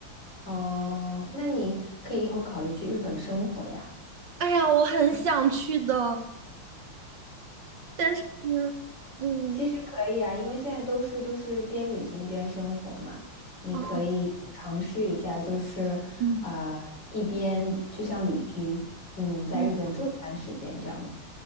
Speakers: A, on the left; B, on the right.
A: 哦，那你可以以后考虑去日本生活呀。
B: 哎呀，我很想去的，但是，嗯。
A: 其实可以啊，因为现在都是就是边旅行边生活嘛，你可以尝试一下，
B: 啊。
A: 就是呃一边就像旅居，
B: 嗯
A: 嗯，在日本住一段时间这样子。
B: 嗯，